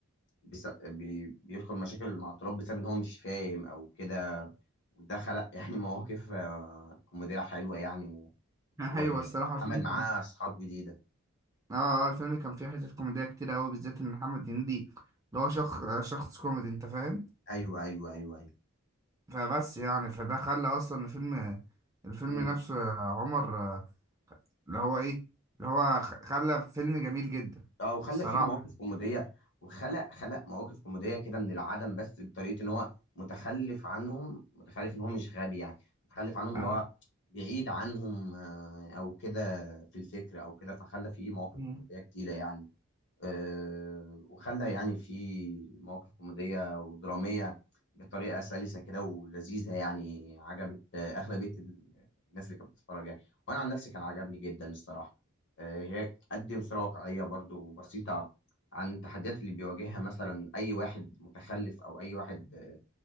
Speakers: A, on the left (about 55°); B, on the right (about 15°).
A: بس بي- بيدخل مشاكل مع الطلاب بسبب إن هو مش فاهم أو كده وده خلق يعني مواقف آه، كوميدية حلوة يعني
B: <laughs>
A: وعمل
B: ايوه الصراحة الفيلم
A: معاه
B: كان
A: اصحاب جديده
B: اه اه الفيلم كان فيه حتت كوميدية كتير قوي بالذات ان محمد هنيدي اللي هو شخص شخص كوميدي انت فاهم
A: ايوه ايوه ايوه ايوه
B: فبس يعني فده خلى اصلا الفيلم الفيلم
A: مم.
B: نفسه يا عمر آه، اللي هو ايه اللي هو خ- خلى فيلم جميل جدا
A: اه وخلى
B: الصراحة
A: فيه مواقف كوميديه وخلق خلق مواقف كوميديه كده من العدم بس بطريقه ان هو متخلف عنهم متخلف ان هو مش غبي يعني متخلف عنهم اللي
B: آه.
A: هو بعيد عنهم آه، او كده في الفكر او كده فخلى فيه مواقف
B: مم.
A: كوميديه كتيره يعني آه، وخلى يعني في مواقف كوميدية ودرامية بطريقة سلسة كده ولذيذة يعني عجبت آه، أغلبية ال- الناس اللي كانت بتتفرج يعني وأنا عن نفسي كان عجبني جدا الصراحة آه، هي بتقدم صورة واقعية برضو بسيطة عن التحديات اللي بيواجهها مثلا أي واحد متخلف أو أي واحد آه،